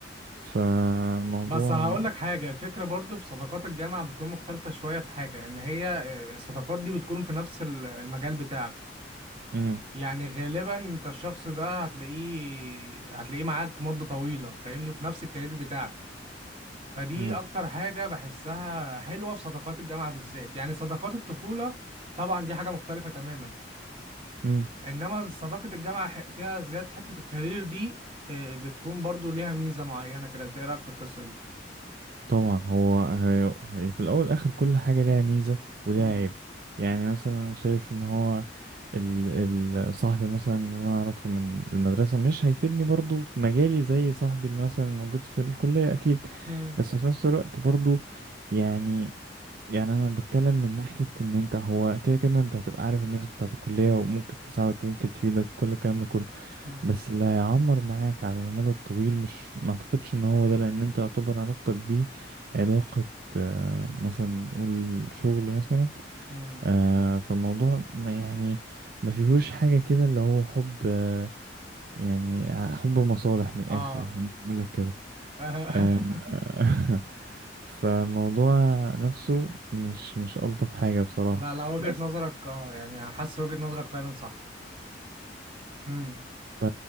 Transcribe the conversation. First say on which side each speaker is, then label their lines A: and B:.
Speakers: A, on the right; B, on the right.
A: فالموضوع
B: بس هقول لك حاجة الفكرة برضو في صداقات الجامعة بتكون مختلفة شوية في حاجة ان هي آه، الصداقات دي بتكون في نفس ال- المجال بتاعك
A: مم،
B: يعني غالبا انت الشخص ده هتلاقيه هتلاقيه معاك مدة طويلة فاهمني وفي نفس الكارير بتاعك فدي
A: مم،
B: اكتر حاجة بحسها حلوة في صداقات الجامعة بالذات يعني صداقات الطفولة طبعا دي حاجة مختلفة تماما
A: مم.
B: انما صداقة الجامعة ح- فيها زيادة حتة الكارير دي آه، بتكون برضو ليها ميزة معينة كده انت ايه رأيك في القصة دي
A: طبعا هو هي هي في الاول والاخر كل حاجه ليها ميزه وليها
B: مم.
A: عيب يعني مثلا شايف ان هو ال ال صاحبي مثلا اللي انا اعرفه من المدرسه مش هيفيدني برضو في مجالي زي صاحبي اللي مثلا موجود في الكليه اكيد
B: مم.
A: بس في نفس الوقت برضو يعني يعني انا بتكلم من ناحيه ان انت هو كده كده انت هتبقى عارف الناس بتاعه الكليه وممكن تساعدك وممكن تفيدك وكل الكلام ده كله
B: مم.
A: بس اللي هيعمر معاك على المدى الطويل مش ما اعتقدش ان هو ده لان انت يعتبر علاقتك بيه علاقة آه، مثلا نقول شغل مثلا
B: مم.
A: آه، فالموضوع ما- يعني ما فيهوش حاجة كده اللي هو حب آه، يعني حب مصالح من الآخر
B: اه
A: يعني بقول لك كده
B: <laughs>
A: آه، <laughs> فالموضوع نفسه مش مش ألطف حاجة بصراحة
B: لا لا وجهة
A: بس
B: نظرك اه يعني حاسس وجهة نظرك فعلا صح مم.
A: ف...